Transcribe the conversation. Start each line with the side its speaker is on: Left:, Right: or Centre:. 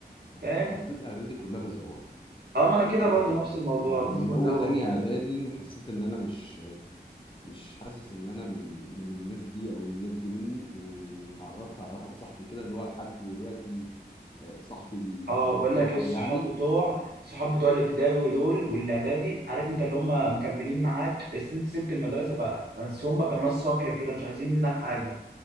Left: آه.
Right: فاهم
Left: قضيت اعدادي كلها بزوغ
Right: اما انا كده
Left: عشان
Right: برضه
Left: تبقى فاهم
Right: نفس الموضوع
Left: اه
Right: ضيف
Left: من
Right: وزوغ
Left: اول تانية اعدادي حسيت ان انا مش مش حاسس ان انا من من الناس دي او الناس دي مني واتعرفت على واحد صاحبي كده اللي هو لحد دلوقتي آه، صاحبي المقرب
Right: اه بقول لك ايه الصحاب
Left: يعني
Right: بتوع صحاب بتوع الابتدائي دول والاعدادي عارف انت اللي هم مكملين معاك بس انت سبت المدرسه بقى بس هم كانوا ناس صافيه كده مش عايزين منك حاجه